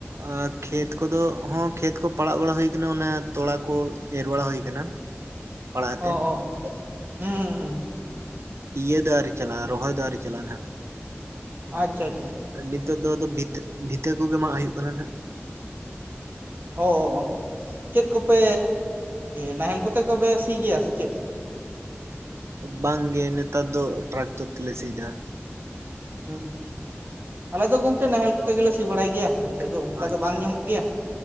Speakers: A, on the right; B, on the right.
A: ᱟᱨ ᱠᱷᱮᱛ ᱠᱚᱫᱚ ᱦᱚᱸ ᱠᱷᱮᱛ ᱠᱚ ᱯᱟᱲᱟᱜ ᱵᱟᱲᱟ ᱦᱩᱭ ᱠᱟᱱᱟ ᱚᱱᱟ ᱛᱚᱲᱟ ᱠᱚ ᱮᱨ ᱵᱟᱲᱟ ᱦᱩᱭ ᱟᱠᱟᱱᱟ, ᱯᱟᱲᱟ ᱦᱟᱛᱮᱫ,
B: ᱚ ᱚ ᱦᱩᱸ ᱦᱩᱸ ᱦᱩᱸ
A: ᱤᱭᱟᱹ ᱫᱟ ᱟᱨᱤ ᱪᱟᱞᱟᱜᱼᱟ ᱨᱚᱦᱚᱭ ᱫᱚ ᱟᱨᱮ ᱪᱟᱞᱟᱜᱼᱟ ᱦᱟᱸᱜ,
B: ᱟᱪᱪᱷᱟ ᱟᱪᱪᱷᱟ
A: ᱱᱤᱛᱚᱜ ᱫᱚ ᱟᱫᱚ ᱵᱷᱤᱛᱟᱹ ᱵᱷᱤᱛᱟᱹ ᱠᱚᱜᱮ ᱢᱟᱜ ᱦᱩᱭᱩᱜ ᱠᱟᱱᱟ ᱟᱜ,
B: ᱚ ᱪᱮᱫ ᱠᱚᱯᱮ ᱱᱟᱦᱮᱞ ᱠᱚᱛᱮ ᱠᱚᱯᱮ ᱥᱤ ᱜᱮᱭᱟ ᱥᱮ ᱪᱮᱫ?
A: ᱵᱟᱝᱜᱮ ᱱᱮᱛᱟᱨ ᱫᱚ ᱴᱨᱟᱠᱴᱟᱨ ᱛᱮᱞᱮ ᱥᱤ ᱫᱟ
B: ᱦᱮᱸ ᱟᱞᱮ ᱫᱚ ᱜᱚᱝᱠᱮ ᱱᱟᱦᱮᱞ ᱠᱚᱛᱮ ᱜᱮᱞᱮ ᱥᱤ ᱵᱟᱲᱟᱭ ᱜᱮᱭᱟ ᱱᱤᱛᱚᱜ ᱫᱚ ᱚᱱᱠᱟ
A: ᱟᱪᱪᱷᱟ
B: ᱫᱚ ᱵᱟᱝ ᱧᱟᱢᱚᱜ ᱜᱮᱭᱟ